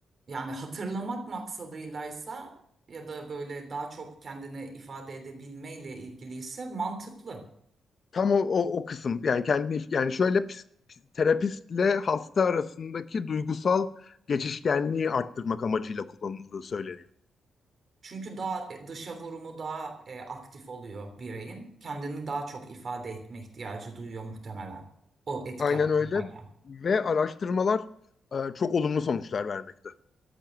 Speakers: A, on the right; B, on the left.
A: yani hatırlamak maksadıylaysa ya da böyle daha çok kendine ifade edebilmeyle ilgiliyse mantıklı.
B: Tam o, o, o kısım yani kendini yani şöyle pis- pis- terapistle hasta arasındaki duygusal geçişkenliği arttırmak amacıyla kullanıldığı söyleniyor.
A: Çünkü daha e, dışa vurumu daha e, aktif oluyor bireyin. Kendini daha çok ifade etme ihtiyacı duyuyor muhtemelen o etki
B: Aynen
A: altındayken.
B: öyle ve araştırmalar e, çok olumlu sonuçlar vermekte.